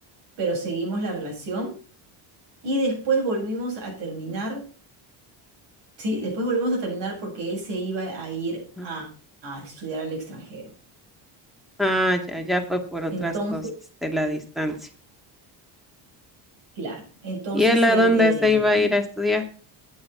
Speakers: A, on the right (about 70°); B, in the centre.
A: pero seguimos la relación y después volvimos a terminar, sí, después volvimos a terminar porque él se iba a ir
B: Ah,
A: a, a estudiar al extranjero.
B: Ah, ya, ya fue por otras
A: Entonces,
B: cosas de la distancia.
A: claro, entonces
B: ¿Y él a
A: él,
B: dónde
A: eh,
B: se iba a ir a estudiar?